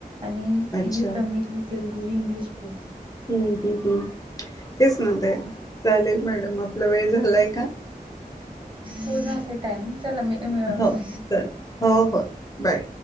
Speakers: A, on the right; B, on the left.
A: आणि
B: अच्छा
A: हे तमिल तेलुगू इंग्लिश बोलतात.
B: हम्म हम्म. हम्म तेच म्हणते. चालेल मॅडम आपला वेळ झालाय का?
A: हो झालाय टायमिंग. चला. म
B: हो
A: हा.
B: चालेल हो हो बाय